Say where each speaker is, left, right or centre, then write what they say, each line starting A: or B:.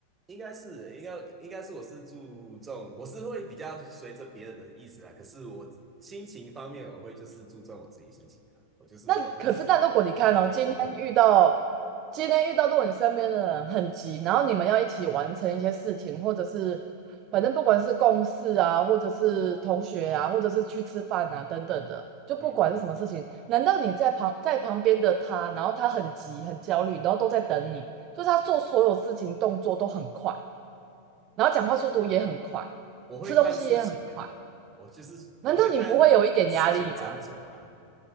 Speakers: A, on the right; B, on the right.
A: 应该是应该应该是我是注重我是会比较随着别人的意思啊，可是我心情方面我会就是注重我自己心情啊，我就是说，
B: 那可是，
A: 嗯，
B: 但如果你看哦，
A: 我感觉怎么样？
B: 今天遇到
A: <laughs>
B: 今天遇到，如果你身边的人很急，然后你们要一起完成一些事情，或者是反正不管是共事啊，或者是同学啊，或者是去吃饭啊等等的，就不管是什么事情，
A: 嗯嗯嗯，
B: 难道你在旁在旁边的他，然后他很急很焦虑，然后都在等你，就是他做所有事情动作都很快，然后讲话速度也很快，
A: 我会看事情啊，
B: 吃东西也很快，
A: 我就是我会看事情斟酌啦、
B: 难道你不会有一点压力吗？